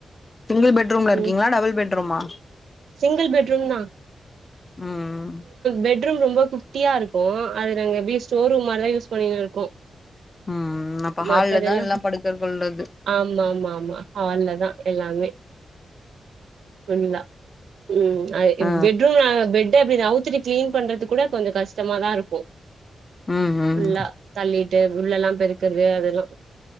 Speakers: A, on the left; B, on the right.
A: சிங்கிள் பெட்ரூம்ல இருக்கீங்களா
B: ம்
A: டபுள் பெட்ரூமா
B: சிங்கிள் பெட்ரூம்தா
A: ம்
B: பெட்ரூம் ரொம்ப குட்டியா இருக்கு அது நாங்க எப்பிடி ஸ்டோர் ரூம் மாரிதா யூஸ் பண்ணி இருக்கோ
A: ம் அப்ப ஹால்ல
B: மத்தது
A: தா
B: எல்லா
A: படுக்க கொள்றது
B: ஆமா ஆமா ஆமா ஹால்ல தா எல்லாமே புஃல்லா ம் அது
A: ஆ
B: ப் பெட்ரூம் ஆ பெட்டே அப்பிடி கிளீன் பண்றது கூட கொஞ்சே கஷ் கஷ்டமாதா இருக்கு
A: ம் ம்
B: ஃபுல்லா தள்ளிட்டு உள்ளலெல்லா பெருக்கறது அதெல்லா